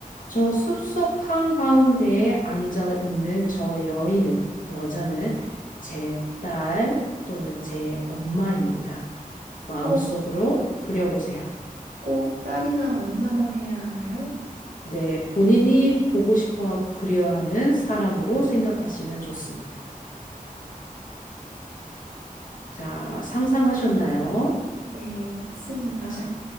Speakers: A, on the left (about 65°); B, on the right (about 70°).
A: 저 숲속 한가운데에 앉아 있는 저 여인은, 여자는 제 딸 또는 제 엄마입니다. 마음속으로
B: 꼭,
A: 그려보세요.
B: 꼭 딸이나 엄마만 해야 하나요?
A: 네, 본인이 보고 싶어 하고 그리워하는 사람으로 생각하시면 좋습니다. 자, 상상하셨나요?
B: 네, 했습니다.
A: 자,